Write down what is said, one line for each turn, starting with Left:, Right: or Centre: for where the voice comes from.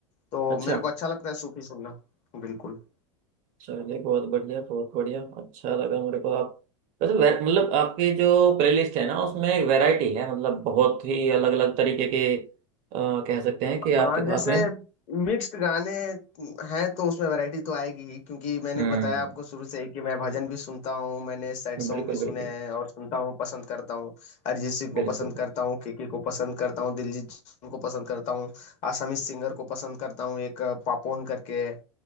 Left: तो
Right: अच्छा
Left: मेरे को अच्छा लगता है सूफी सुनना बिल्कुल
Right: चलिए बहुत बढ़िया बहुत बढ़िया अच्छा लगा मेरे को आप वैसे वे- मतलब आपकी जो प्लेलिस्ट है ना उसमें वैरायटी है मतलब बहुत ही अलग अलग तरीके के अ, कह सकते हैं कि आपके
Left: हाँ
Right: पास
Left: जैसे
Right: में
Left: मिक्स्ड गाने हैं तो उसमें वैरायटी तो आएगी ही क्योंकि मैंने
Right: हम्म
Left: बताया आपको शुरू से ही कि मैं भजन भी सुनता हूँ मैंने सैड सॉन्ग
Right: बिल्कुल
Left: भी सुने
Right: बिल्कुल
Left: हैं और सुनता हूँ पसंद करता हूँ अरिजीत सिंह
Right: बिल्कुल
Left: को पसंद करता हूँ केके को पसंद करता हूँ दिलजीत दोसांझ को पसंद करता हूँ आसामी सिंगर को पसंद करता हूँ एक अ, पापोन करके है